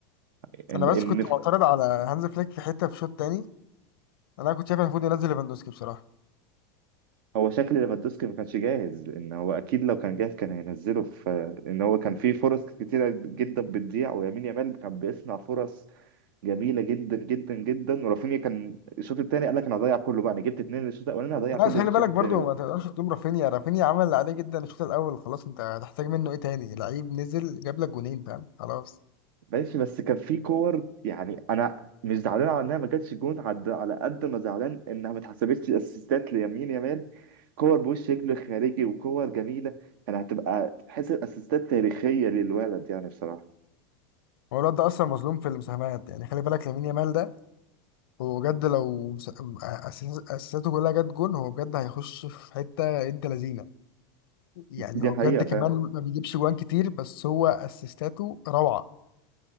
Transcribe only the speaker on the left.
انا
بس كنت معترض على هانز فليك في حته في شوط تاني انا كنت شايف المفروض ينزل ليفاندوسكي بصراحه
لا
بس خلي
بالك
برضو
ما تقدرش تلوم رافينيا رافينيا عمل اللي عليه جدا الشوط الاول خلاص انت هتحتاج منه ايه تاني لعيب نزل جاب لك جونين فاهم خلاص
هو الواد ده اصلا مظلوم في المساهمات يعني خلي بالك لامين يامال ده هو بجد لو مس- أساس- اساساته كلها جت جون هو بجد هيخش في حته انت لذينه يعني
هو
بجد كمان
ما بيجيبش جوان كتير بس هو اسيستاته روعه